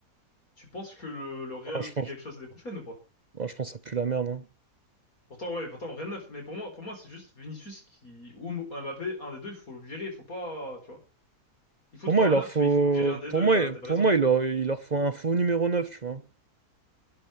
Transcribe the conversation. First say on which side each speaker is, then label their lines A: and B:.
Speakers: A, on the left; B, on the right.
A: tu penses que le, le Real
B: Ah, je
A: fait
B: pense,
A: quelque chose l'année prochaine ou pas?
B: ah, je pense que ça pue la merde, hein.
A: Pourtant, ouais, pourtant, rien de neuf. Mais pour moi, pour moi, c'est juste Vinicius qui, ou Mo- Mbappé, un des deux, il faut le virer, il faut pas, tu vois. Il faut
B: Pour
A: trouver
B: moi, il
A: un
B: leur
A: neuf,
B: faut,
A: mais il faut virer un des
B: pour
A: deux,
B: moi,
A: t'as, t'avais
B: pour
A: raison.
B: moi, il leur, il leur faut un faux numéro 9, tu vois.